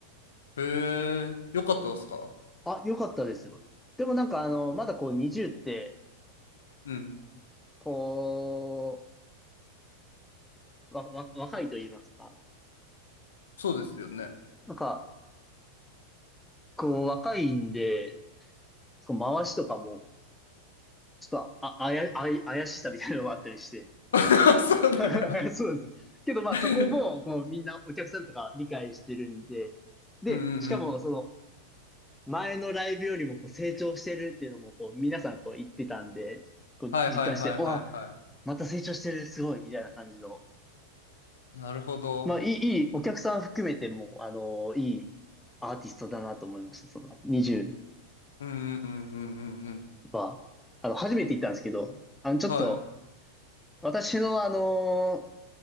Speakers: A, on the left; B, in the centre.
A: へえ、よかったですか
B: あ、良かったですよ。でもなんかあの、まだこう20って、
A: うん
B: こう、わ、わ、若いと言いますか。
A: そうですよね。
B: なんか、こう、若いんで、こう回しとかも、ちょっと、あ、あや、あや怪しさみたいなのがあったりして。
A: <laughs> そうだよ。
B: <laughs> そうです。けど、まあ、
A: <laughs>
B: そこも、こう、みんなお客さんとか理解してるんで、で、
A: うんうんうん。
B: しかも、その、前のライブよりも、こう、成長してるっていうのも、こう、皆さん、こう、言ってたんで、こう、
A: はいはいはいはいは
B: 実感して、わ、また成長してる、すごい、みたいな感じの。
A: い。なるほど。
B: まあ、いい、いい、お客さん含めても、あの、いいアーティストだなと思いました。その、20、
A: うんうんうんうんうん
B: は、あの、初めて行ったんですけど、あの、ちょっと、
A: うん。はい
B: 私のあの、